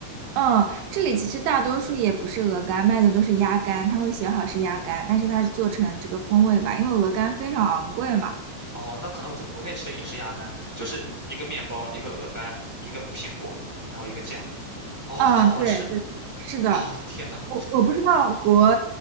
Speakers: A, on the right; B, in the centre.
A: 嗯，这里其实大多数也不是鹅肝，卖的都是鸭肝，它会写好是鸭肝，但是它是做成这个风味吧，因为鹅肝非常昂贵嘛。
B: 哦，那可能我在国内吃的也是鸭肝，就是一个面包，一个鹅肝，一个苹果，然后一个酱。哦，
A: 嗯，
B: 好好吃！
A: 对对，是的，
B: 哦，天呐！
A: 我我不知道国